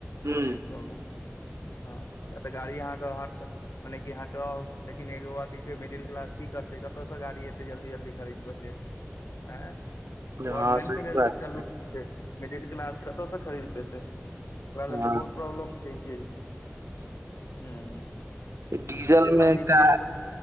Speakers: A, on the right (about 75°); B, on the left (about 75°).
A: हुँ
B: एतै प्रॉब्लम हँ या तऽ गाड़ी अहाँ के मने की हटाउ लेकिन एगो अथि छै मिडिल क्लास की करते कत से गाड़ी एते जल्दी जल्दी खरीद के आँय गवर्मेंट
A: हँ सही
B: के लेल
A: बात
B: चलू ठीक छै मिडिल क्लास कतऽ से खरीद पेतै ओकरा
A: छै
B: लेल
A: हँ
B: तऽ बहुत प्रॉब्लम छै ई चीज हूँ
A: डीजल
B: ताहि दुआरे
A: मे एकटा
B: ई चीज